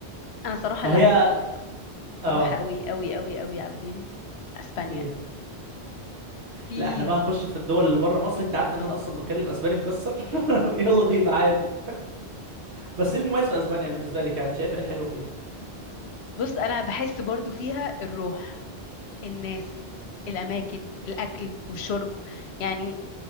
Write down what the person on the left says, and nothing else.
انا صراحه
اللي عايزه
اروح قوي قوي قوي قوي عابدين اسبانيا
في
<laughs>
نعم.
بص انا بحس برضو فيها الروح الناس الأماكن الأكل والشرب يعني